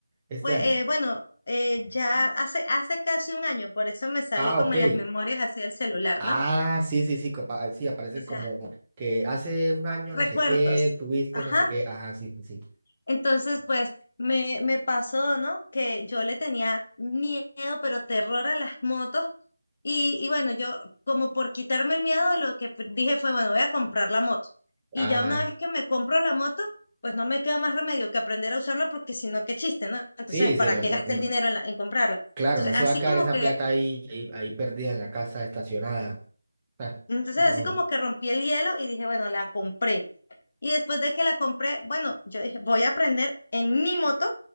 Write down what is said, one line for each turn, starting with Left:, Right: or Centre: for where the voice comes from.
Right: este
Left: Pues,
Right: año.
Left: eh, bueno, eh, ya hace, hace casi un año, por eso me sale
Right: Ah,
Left: como
Right: ok.
Left: en las memorias así del celular,
Right: Ah,
Left: ¿no?
Right: sí, sí, sí, copa- ah, sí, aparecen
Left: O sea,
Right: como que hace un año
Left: recuerdos.
Right: no sé qué, tuviste
Left: Ajá,
Right: no sé qué, ajá, sí, sí, sí.
Left: Entonces, pues me, me pasó, ¿no? Que yo le tenía miedo, pero terror a las motos. Y, y bueno, yo como por quitarme el miedo, lo que p- dije fue, bueno, voy a comprar la moto. Y
Right: Ah,
Left: ya una vez que me compro la moto, pues no me queda más remedio que aprender a usarla porque si no, qué chiste, ¿no? Entonces,
Right: sí, sí,
Left: ¿para
Right: no,
Left: qué
Right: no,
Left: gasté
Right: no,
Left: el dinero en, la- en comprarla?
Right: claro,
Left: Entonces,
Right: no se
Left: así
Right: va a quedar
Left: como
Right: esa
Left: que,
Right: plata ahí, ahí, ahí perdida en la casa estacionada. Ah,
Left: entonces
Right: no,
Left: así como que rompí el hielo y dije, bueno, la compré. Y después de que la compré, bueno, yo dije, voy a aprender en mi moto